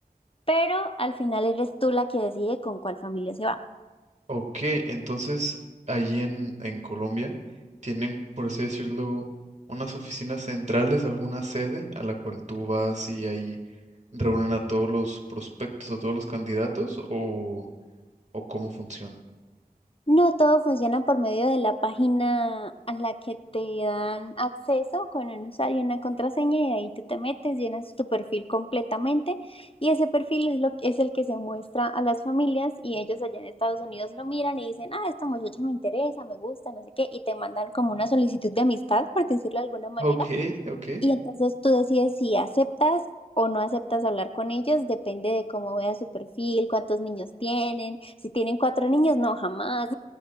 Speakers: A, on the left (about 35°); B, on the right (about 50°).
A: Pero al final eres tú la que decide con cuál familia se va.
B: Ok, entonces allí en, en Colombia tienen, por así decirlo, unas oficinas centrales, alguna sede a la cual tú vas y ahí reúnen a todos los prospectos, a todos los candidatos o, o cómo funciona.
A: No todo funciona por medio de la página a la que te dan acceso con un usuario y una contraseña y ahí tú te metes, llenas tu perfil completamente y ese perfil es, lo, es el que se muestra a las familias y ellos allá en Estados Unidos lo miran y dicen, ah, esta muchacha me interesa, me gusta, no sé qué, y te mandan como una solicitud de amistad, por decirlo de alguna manera.
B: Ok, ok.
A: Y entonces tú decides si aceptas o no aceptas hablar con ellos, depende de cómo vea su perfil, cuántos niños tienen, si tienen cuatro niños, no, jamás.